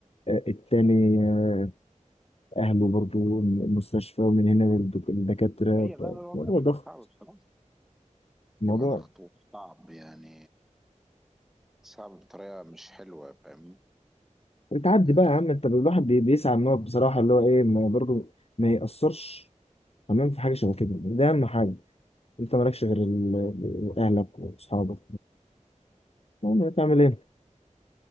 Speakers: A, on the left; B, in the centre.
A: آه، التاني آه، اهله برضه المستشفى ومن هنا للدك- للدكاتره
B: هي لا
A: ف-
B: لا الوضع
A: الموضوع
B: بيبقى
A: ضغط
B: صعب بصراحة
A: الموضوع
B: يبقى ضغط صعب يعني صعب بطريقة مش حلوة فاهمني
A: بتعدي
B: آه،
A: بقى يا عم انت الواحد بي- بيسعى ان هو بصراحه اللي هو ايه ما برضه ما يأثرش تمام في حاجة شبه كده ده أهم
B: مم.
A: حاجة أنت مالكش غير ال- أهلك وأصحابك المهم يعني تعمل إيه؟